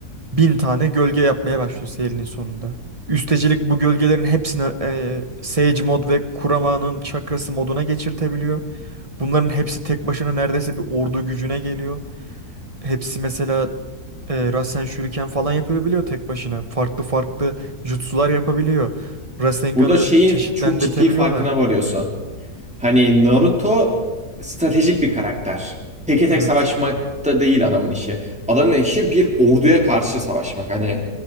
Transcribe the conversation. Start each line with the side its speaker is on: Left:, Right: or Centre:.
Right: bin tane gölge yapmaya başlıyor serinin sonunda. Üstecilik bu gölgelerin hepsini e, Sage mod ve Kurama'nın çakrası moduna geçirtebiliyor. Bunların hepsi tek başına neredeyse bir ordu gücüne geliyor. Hepsi mesela e, Rasen Shuriken falan yapabiliyor tek başına. Farklı farklı jutsular yapabiliyor. Rasengan'ı
Centre: Burada şeyin
Right: çeşitlendirtebiliyorlar.
Centre: çok ciddi farkına varıyorsun. Hani Naruto stratejik bir karakter. Teke tek
Right: Evet,
Centre: savaşmakta değil adamın işi. Adamın işi bir orduya karşı savaşmak. Hani